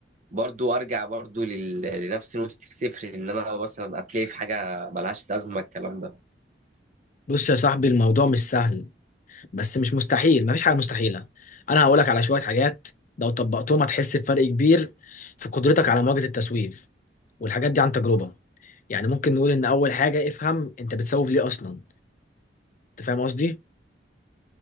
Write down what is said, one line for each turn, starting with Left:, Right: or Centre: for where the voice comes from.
Right: برضو ارجع برضو لل... لنفس نقطة الصفر ان انا مثلا هتلاقي في حاجة ملهاش لازمة الكلام ده
Left: بص يا صاحبي الموضوع مش سهل بس مش مستحيل مفيش حاجة مستحيلة أنا هقولك على شوية حاجات لو طبقتهم هتحس بفرق كبير في قدرتك على مواجهة التسويف والحاجات دي عن تجربة يعني ممكن نقول ان اول حاجة افهم انت بتسوف ليه اصلا انت فاهم قصدي